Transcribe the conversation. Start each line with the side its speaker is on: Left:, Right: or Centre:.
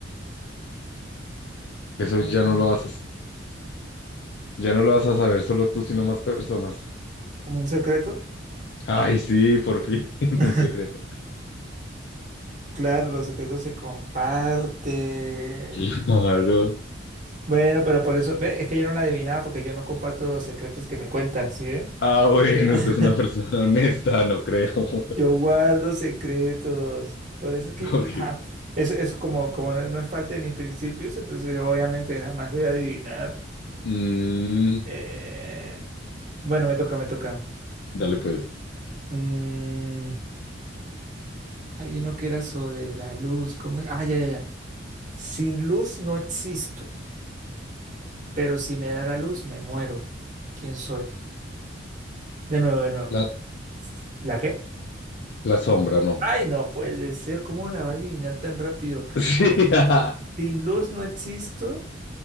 Left: Eso
Right: Um,
Left: ya no lo vas a, ya no lo vas a saber solo tú, sino más personas.
Right: ¿Como un secreto?
Left: Ay, sí, por fin, <laughs>
Right: <laughs>
Left: un secreto.
Right: Claro, los secretos se comparten.
Left: Claro.
Right: Bueno, pero por eso, ve, es que yo no la adivinaba porque yo no comparto los secretos que me cuentan, ¿sí ve?
Left: Ah, bueno,
Right: <laughs>
Left: usted es una persona honesta, no creo. <laughs>
Right: Yo guardo secretos. Por eso es que
Left: Ok.
Right: ja, eso, eso como, como no, no es parte de mis principios, entonces obviamente jamás lo voy a adivinar.
Left: Mm,
Right: Eh, bueno, me toca, me toca.
Left: dale pues.
Right: Mm, hay uno que era sobre la luz. ¿cómo es? Ah, ya, ya, ya. Sin luz no existo, pero si me da la luz me muero. ¿Quién soy? De nuevo, de nuevo.
Left: La,
Right: ¿La qué?
Left: la sombra, no.
Right: Ay, no puede ser. ¿Cómo la va a adivinar tan rápido?
Left: <laughs> Sí,
Right: A ver,
Left: ajá.
Right: sin luz no existo.